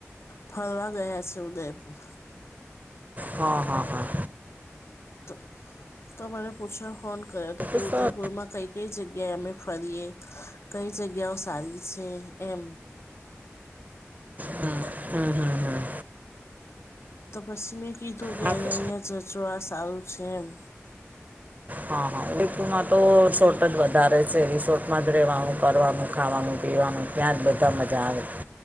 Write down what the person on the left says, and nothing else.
ફરવા ગયા છે ઉદયપુર
તો તો મને પૂછવા ફોન કર્યો હતો કે
ઉદયપુરમાં
કઈ કઈ જગ્યાએ અમે ફરીએ કઈ જગ્યાઓ સારી છે એમ
તો પછી મેં કીધું કે
અહીંયા
અહીંયા જજો આ સારું છે એમ
એવું
બધું